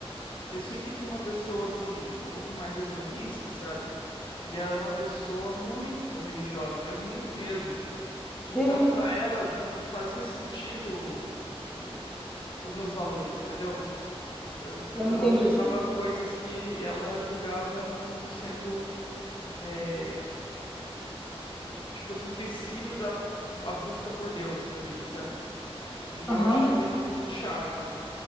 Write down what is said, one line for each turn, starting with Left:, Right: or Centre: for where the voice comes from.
Left: eu sempre fui uma pessoa, assim, um pouco mais hedonista, sabe? E ela era uma pessoa muito religiosa, mas muito mesmo. Então,
Centre: Ih,
Left: pra ela, não fazia sentido o- o- os meus valores, entendeu? Eu,
Centre: Eu
Left: eu
Centre: entendi.
Left: valorizava coisas que ela julgava como sendo, é, tipo assim, empecilhos à, à busca por Deus na vida, sabe? E
Centre: Aham,
Left: eu achava isso muito chato. por-